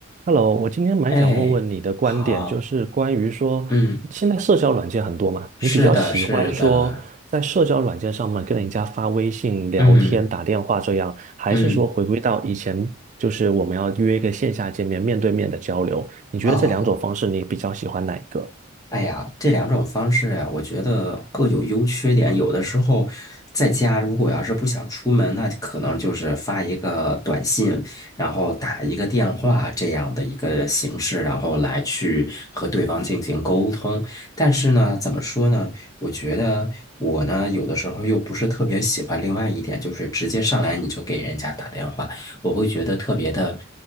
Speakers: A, on the right (about 35°); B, on the left (about 15°).
A: Hello，我今天蛮想问问你的观点，
B: 哎，好，
A: 就是关于说，
B: 嗯，
A: 现在社交软件很多嘛，
B: 是的，
A: 你比较喜欢说在社交软件上面跟人家发微信聊天、
B: 是的，嗯
A: 打电话这样，还是说回归到以前，
B: 嗯，
A: 就是我们要约一个线下见面、面对面的交流？你觉得这两种方式，
B: 哦，
A: 你比较喜欢哪一个？
B: 哎呀，这两种方式呀，我觉得各有优缺点。有的时候在家，如果要是不想出门，那可能就是发一个短信，然后打一个电话这样的一个形式，然后来去和对方进行沟通。但是呢，怎么说呢？我觉得我呢，有的时候又不是特别喜欢另外一点，就是直接上来你就给人家打电话，我会觉得特别的，